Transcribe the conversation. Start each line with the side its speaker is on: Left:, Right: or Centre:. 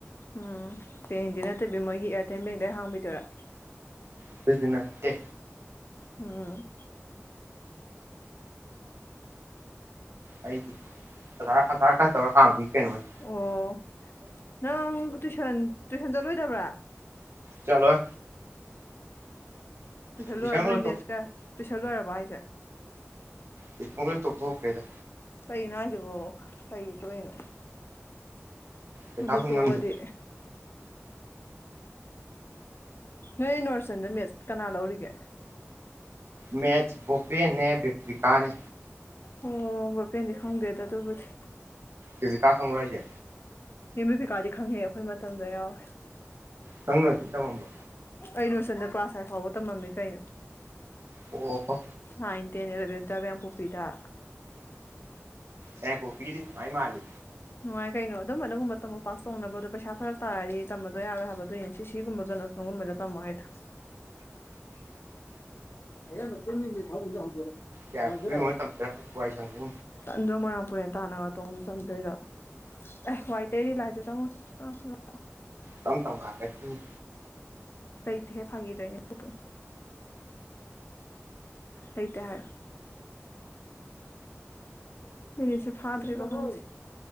Left: ꯎꯝ ꯕꯦꯟꯗꯤ ꯅꯠꯇꯕꯤ ꯃꯣꯏꯒꯤ ꯑꯦꯌꯥꯔꯇꯦꯜ ꯕꯦꯡꯗ ꯍꯥꯡꯕꯤꯗꯣꯏꯔꯥ
Right: ꯑꯗꯨꯖꯨ ꯅꯠꯇꯦ
Left: ꯎꯝ
Right: ꯑꯩꯗꯤ ꯑꯙ ꯑꯙꯥꯔ ꯀꯥꯔꯗ ꯇꯧꯔꯒ ꯍꯥꯡꯕꯤ ꯀꯩꯅꯣꯅꯦ
Left: ꯑꯣ ꯅꯪ ꯇꯨꯏꯁꯟ ꯇꯨꯏꯁꯟ ꯆꯠꯂꯣꯏꯗꯕ꯭ꯔꯥ
Right: ꯆꯠꯂꯣꯢ
Left: ꯇꯨꯏꯁꯟ
Right: ꯇꯨꯏꯁꯟꯒ
Left: ꯂꯣꯏꯔ ꯅꯣꯏ
Right: ꯂꯣꯏ
Left: ꯃꯦꯠꯁꯀ ꯇꯨꯏꯁꯟ ꯂꯣꯏꯔꯕꯣ ꯍꯥꯏꯁꯦ
Right: ꯇꯨꯏꯎꯒ ꯂꯣꯏ ꯇꯣꯛꯊꯣꯛꯈ꯭ꯔꯦꯗ
Left: ꯀꯩꯅꯣ ꯍꯥꯏꯁꯤꯕꯣ ꯀꯩꯒꯤ ꯇꯣꯛꯏꯅꯣ
Right: ꯄꯩꯁꯥ
Left: ꯑꯗꯨ
Right: ꯍꯨꯟ
Left: ꯇꯣꯛꯑꯗꯤ
Right: ꯉꯝꯗ꯭ꯔꯦ
Left: ꯅꯣꯏ ꯅꯣꯔꯁꯟꯗ ꯃꯦꯁ ꯀꯅꯥꯟ ꯂꯧꯔꯤꯒꯦ
Right: ꯃꯦꯁꯠ ꯕꯣꯄꯦꯟꯅꯦ ꯕꯦꯕꯤꯀꯥꯅꯦ
Left: ꯑꯣ ꯕꯣꯄꯦꯟꯗꯤ ꯈꯪꯗꯦꯗ ꯑꯗꯨꯕꯨꯗꯤ
Right: ꯕꯦꯕꯤꯀꯥ ꯈꯪꯕ꯭ꯔꯣ ꯍꯥꯏꯁꯦ
Left: ꯃꯦꯝ ꯕꯦꯕꯤꯀꯥꯗꯤ ꯈꯪꯢꯍꯦ ꯑꯩꯈꯣꯏ ꯃꯇꯝꯗ ꯌꯥꯎꯔꯦ
Right: ꯅꯪ ꯅꯣꯏꯁꯟ ꯇꯝꯃꯝꯕꯣ
Left: ꯑꯩ ꯅꯣꯏꯁꯟꯗ ꯀ꯭ꯂꯥꯁ ꯑꯩꯠ ꯐꯥꯎꯕ ꯇꯝꯃꯝꯃꯤ ꯀꯩꯅꯣ
Right: ꯑꯣ
Left: ꯅꯥꯏꯟ ꯇꯦꯟ ꯑꯦꯂꯕꯦꯟ ꯇꯨꯌꯦꯞ ꯌꯥꯏꯒꯪꯄꯣꯛꯄꯤꯗ
Right: ꯌꯥꯏꯉꯪꯄꯣꯛꯄꯤꯗꯤ ꯅꯨꯡꯉꯥꯢ ꯃꯥꯜꯂꯤ
Left: ꯅꯨꯡꯉꯥꯏ ꯀꯩꯅꯣ ꯑꯗꯨꯝ ꯑꯗꯨꯒꯨꯝꯕ ꯇꯝꯃꯣ ꯄꯥꯁ ꯇꯧꯅꯕ ꯄꯩꯁꯥ ꯐꯔꯛ ꯇꯥꯔꯗꯤ ꯇꯝꯕꯗꯣ ꯌꯥꯔꯣꯏ ꯍꯥꯏꯕ ꯑꯗꯨꯢꯅꯦ ꯄꯤ ꯁꯤ ꯒꯨꯝꯕ ꯆꯠꯂ ꯑꯗꯨꯝꯕꯗ ꯇꯦꯝꯃꯣ ꯍꯥꯢꯗꯣ ꯑꯩꯌꯥꯡꯗꯨ ꯇꯨꯝꯃꯤꯅꯤ ꯐꯥꯃꯨꯡꯗ ꯍꯧꯗꯣꯛꯑꯣ
Right: ꯌꯥꯏꯔꯤꯄꯣꯛꯄꯤꯒꯨꯝꯕ
Left: ꯇꯥꯕ꯭ꯔꯣ,
Right: ꯇꯝꯖꯔꯝꯃꯗꯤ ꯋꯥꯏ ꯁꯪꯗꯨ
Left: ꯇꯟꯗ꯭ꯔꯣ ꯃꯣꯏꯔꯥꯡꯄꯨꯔꯦꯜ ꯇꯥꯟꯅꯒ ꯇꯣꯡꯑꯒ ꯆꯠꯗꯣꯢꯗꯣ ꯑꯦ ꯋꯥꯏꯇꯩꯔꯤ ꯂꯥꯏꯖꯥ ꯆꯪꯉꯣ ꯑꯥ ꯑꯥ
Right: ꯇꯝ ꯇꯝ ꯒꯥꯥꯔꯛꯈꯤꯅꯤ
Left: ꯂꯩꯏꯇꯦ ꯍꯦ ꯐꯥꯒꯤ ꯇꯧꯅꯦ ꯄꯨꯄꯅ ꯂꯩꯇꯦ ꯍꯥꯏꯌꯨ ꯃꯤꯅꯤꯠꯁꯤ ꯐꯥꯗ꯭ꯔꯤꯔꯥ ꯈꯪꯗꯦ